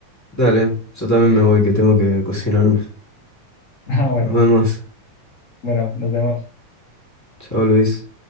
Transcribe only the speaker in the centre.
Dale, yo también me voy que tengo que cocinarme.
Nos vemos.
Chao, Luis.